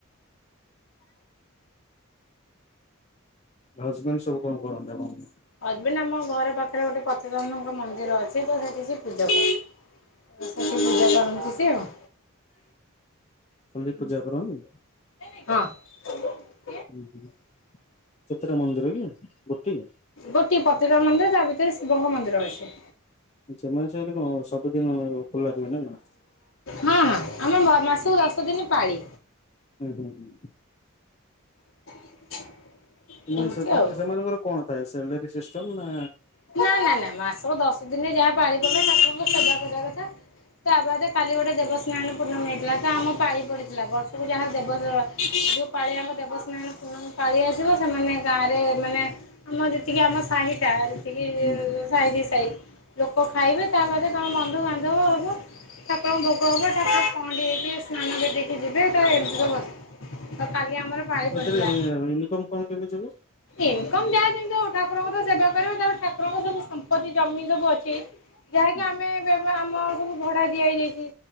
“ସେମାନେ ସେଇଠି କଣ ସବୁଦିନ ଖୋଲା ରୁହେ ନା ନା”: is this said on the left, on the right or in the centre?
Left